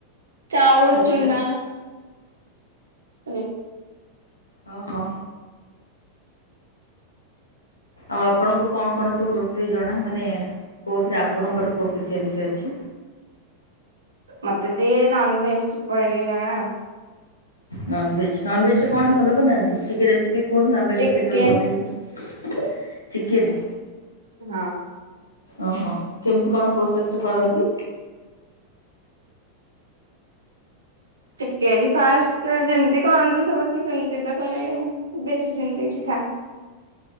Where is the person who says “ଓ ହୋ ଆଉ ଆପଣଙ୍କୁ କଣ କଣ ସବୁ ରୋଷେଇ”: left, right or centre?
Left